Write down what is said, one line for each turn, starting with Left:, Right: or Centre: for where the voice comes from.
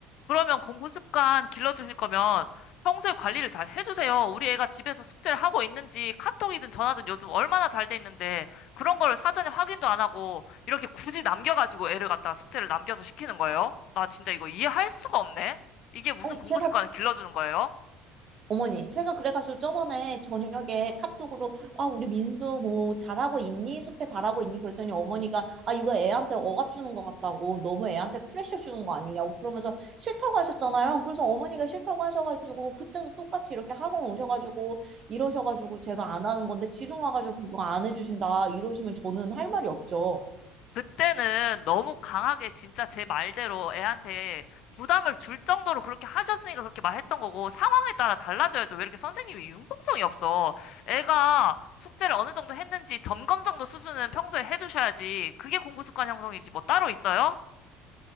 Left: 그러면 공부 습관 길러주실 거면 평소에 관리를 잘 해주세요. 우리 애가 집에서 숙제를 하고 있는지 카톡이든 전화든 요즘 얼마나 잘 돼 있는데 그런 거를 사전에 확인도 안 하고 이렇게 굳이 남겨가지고 애를 갖다 가 숙제를 남겨서 시키는 거예요? 나 진짜 이거 이해할 수가 없네. 이게 무슨
Right: 아니,
Left: 공부
Right: 제가
Left: 습관을 길러주는 거예요?
Right: 어머니, 제가 그래가지고 저번에 저녁에 카톡으로, 아, 우리 민수 뭐 잘하고 있니? 숙제 잘하고 있니? 그랬더니 어머니가, 아, 이거 애한테 억압 주는 것 같다고, 너무 애한테 프레셔 주는 거 아니냐고 그러면서 싫다고 하셨잖아요. 그래서 어머니가 싫다고 하셔가지고, 그때도 똑같이 이렇게 학원 오셔가지고, 이러셔가지고 제가 안 하는 건데, 지금 와가지고 그거 안 해주신다, 이러시면 저는 할 말이 없죠.
Left: 그때는 너무 강하게 진짜 제 말대로 애한테 부담을 줄 정도로 그렇게 하셨으니까 그렇게 말했던 거고 상황에 따라 달라져야죠. 왜 이렇게 선생님이 융통성이 없어? 애가 숙제를 어느 정도 했는지 점검 정도 수준은 평소에 해주셔야지. 그게 공부 습관 형성이지 뭐 따로 있어요?